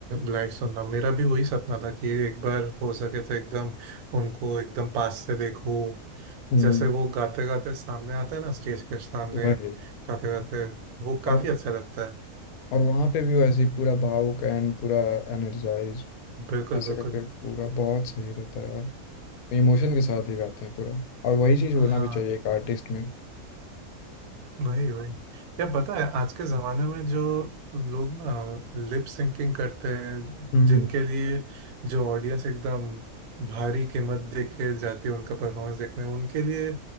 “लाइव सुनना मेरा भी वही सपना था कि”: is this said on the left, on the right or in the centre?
Right